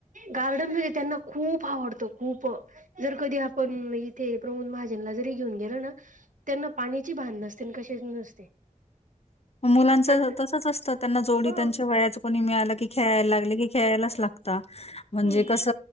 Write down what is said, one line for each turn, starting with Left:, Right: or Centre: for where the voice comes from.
Right: गार्डन तुझं हे त्यांना खूप आवडत खूप जर कधी आपण इथे प्रमोद महाजनला जरी घेऊन गे <unintelligible> त्यांना पाण्याची भान नसते न कशाची नसते.
Left: मुलांच
Right: आणि
Left: तसच असतं त्यांना जोडी
Right: ह
Left: त्यांच्या वयाच कुणी मिळालं की खेळाय लागल की खेयलाच लागत म्हणजे
Right: हम्म
Left: कस